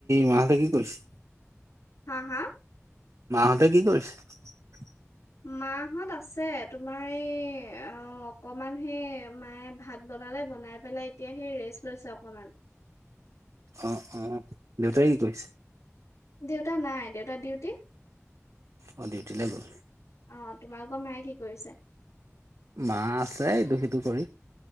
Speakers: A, on the right; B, on the left.
A: মা হতে কি কৰিছে?
B: হা হা
A: মাহঁতে কি কৰিছে
B: মাহত আছে তোমাৰ এই অ অকমান সেই মায়ে ভাত বনালে বনাই পেলাই এতিয়া সেই ৰেষ্ট লৈছে অকমান
A: অ অ দেউতাই কি কৈছে
B: দেউতা নাই দেউতা ডিউটি
A: অ ডিউটি যে গ'ল
B: অ তোমালোকৰ মায়ে কি কৰিছে?
A: মা আছে দু সিটো কৰি